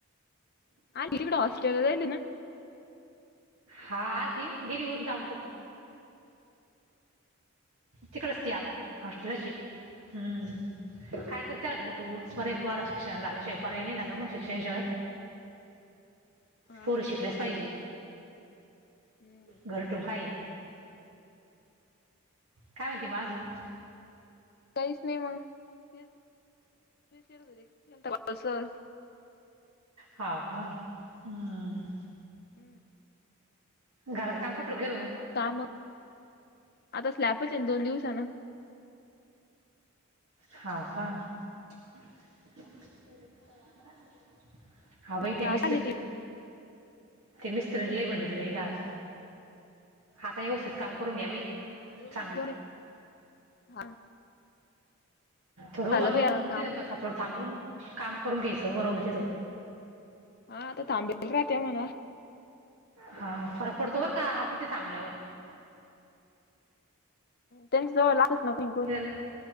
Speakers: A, on the left; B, on the right.
A: आली तिकड हस्टेललाल जायेल आहे ना.
B: हा हा गेली <unintelligible> ताबोड तोफ तिकडच ती आता हॉस्टेलच हम्म,
A: हा
B: काय करतेला घर तोन परेपर पोराचे शिक्षसा जा सय पारय नि नागं बं शिक्षया नि श सवाय.
A: हा
B: पोर शिकल्यास फाई
A: हम्म,
B: घर ठेऊन काय आहे. काय म्हणती म आजुन?
A: काहीच नाई मंग तेच विचारत हुते <unintelligible> सहज
B: हाव का हम्म.
A: हम्म..
B: घरात कम्प्युटर घेऊन मग.
A: काम म्हणुन आता स्लॅपच हेना दोन दिवसान
B: हौ का <unintelligible> <inaudible> हा बाई
A: तर
B: केमिस्टर
A: आता आली ती
B: ते मिस्त्रन लय <unintelligible> जंलय घाण आता व्यवस्थित काम करून घ्या बाई
A: <unintelligible>
B: चांगलं.
A: ह
B: थोडं उभा राऊन
A: बया काम
B: <unintelligible> थांबून काम करून घ्यायचं उभं राहून तिथं.
A: हा आता थांबेल राहते म्हणा.
B: हा फरक पडतो बरं का आपण ते थांबल्यावर.
A: त्या लालच नको ओ
B: नाहीतर